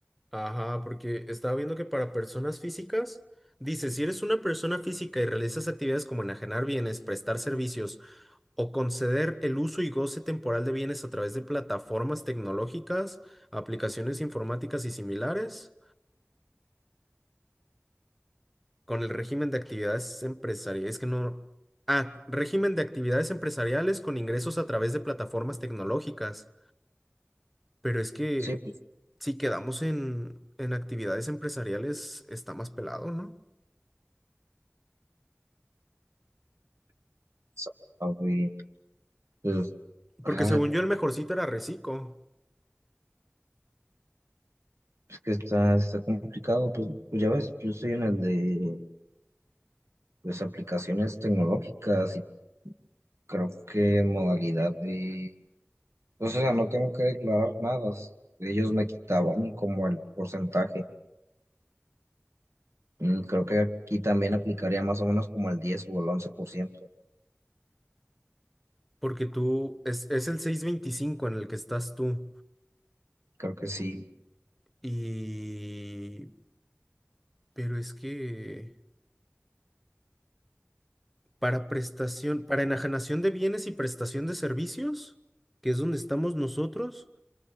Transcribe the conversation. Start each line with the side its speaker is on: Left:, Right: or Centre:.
Centre: Ajá, porque estaba viendo que para personas físicas, dice, si eres una persona física y realizas actividades como enajenar bienes, prestar servicios o conceder el uso y goce temporal de bienes a través de plataformas tecnológicas, aplicaciones informáticas y similares, con el régimen de actividades empresariales, es que no... Ah, régimen de actividades empresariales con ingresos a través de plataformas tecnológicas. Pero es que
Right: Sí, pues,
Centre: si quedamos en, en actividades empresariales, está más pelado, ¿no?
Right: sabe, pues, ah,
Centre: Porque según yo el mejorcito era Recico,
Right: es que está, está complicado, pues, pues ya ves, yo estoy en el de pues aplicaciones tecnológicas y creo que modalidad de, pues, o sea, no tengo que declarar nada. Ellos me quitaban como el porcentaje. Mm, Creo que aquí también aplicaría más o menos como el diez o el once por ciento
Centre: porque tú es, es el 625 en el que estás tú.
Right: Creo que sí,
Centre: Y... Pero es que para prestación, para enajenación de bienes y prestación de servicios, que es donde estamos nosotros,